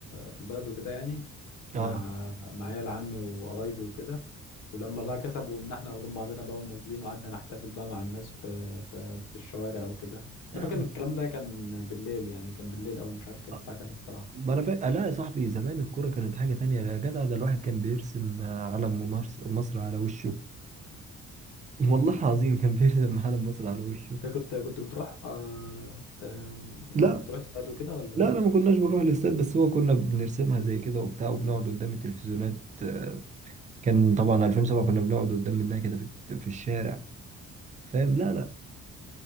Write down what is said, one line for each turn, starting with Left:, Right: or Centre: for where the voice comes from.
Left: في البلد وكده يعني مع
Right: اه
Left: مع عيال عمي وقرايبي وكده ولما
Right: اه
Left: بقى كسبوا ومن احنا واخدين بعضنا بقى ونازلين وقعدنا نحتفل بقى مع الناس في في, في الشوارع وكده
Right: نعم
Left: انا فاكر ان الكلام ده كان بالليل يعني كان بالليل او مش عارف كان
Right: آه.
Left: الساعة كام الصراحة
Right: ما أنا فاكر لا يا صاحبي زمان الكرة كانت حاجة تانية يا جدع ده الواحد كان بيرسم آه، علم ممارس- مصر على وشه <laughs> والله العظيم كان بيرسم علم مصر على وشه
Left: انت كنت كنت بتروح آه آه يعني
Right: لا
Left: بتروح استاد وكده ولا
Right: لا لا ما كناش بنروح الاستاد بس هو كنا بنرسمها زي كده وبتاع وبنقعد قدام التلفزيونات آه، كان طبعا 2007 كنا بنقعد قدام منها كده في في الشارع فاهم لا لا